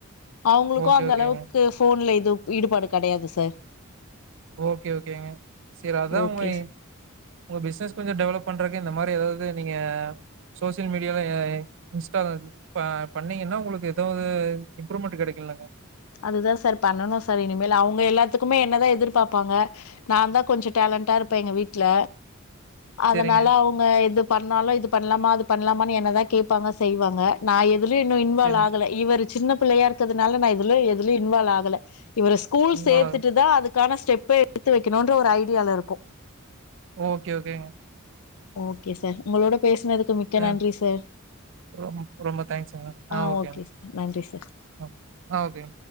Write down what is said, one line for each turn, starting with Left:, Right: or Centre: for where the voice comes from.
Left: அவுங்ளுக்கு
Right: ஓகே,
Left: அந்த
Right: ஓகேங்க.
Left: அளவுக்கு ஃபோன்ல இது ஈடுபாடு கெடையாது சார்
Right: ஓகே ஓகேங்க சேரி அதா
Left: ஓகே
Right: உங்க
Left: சார்
Right: உங்க பிஸ்னஸ் கொஞ்ச டெவலப் பண்றக் கு இந்த மாரி ஏதாது நீங்க சோசியல் மீடியால எ இன்ஸ்டா ப பண்ணீங்கன்னா உங்களுக்கு ஏதாவது இம்ப்ரூவ்மெண்ட் கெடைக்கு இல்லங்க
Left: அதுதா சார் பண்ணனு சார் இனிமேல் அவங்க எல்லாத்துக்குமே என்னதா எதிர்பாப்பாங்க நா தா கொஞ்ச டேலண்டா இருப்ப எங்க வீட்ல அதனால
Right: செரிங்க
Left: அவங்க எது பண்ணாலு இது பண்லாமா அது பண்லாமா என்னதா கேப்பாங்க செய்வாங்க நா எ துலயு இன்னு இன்வால்வ்
Right: செரிங்
Left: ஆகல இவரு சின்ன பிள்ளையா இருக்கதுனால நா எதுல எதுலயு இன்வால்வ் ஆகல இவர ஸ்கூல்
Right: உங்கள
Left: சேத்துட்டு தா அதுக்கான ஸ்டெப்ப எடுத்து வெக்கணுன்ற ஒரு ஐடியால இருக்கோ
Right: ஓக்கே ஓக்கேங்க
Left: ஓக் கே சார் உங்களோட பேசுனதுக்கு மிக்க
Right: ஆ
Left: நன்றி சார்
Right: ரொம் ரொம்ப தேங்க்ஸுங்க
Left: ஆ
Right: ஓகேங்க
Left: ஓக்கே சார் நன்றி சார்
Right: ஆ ஆ ஓகேங்க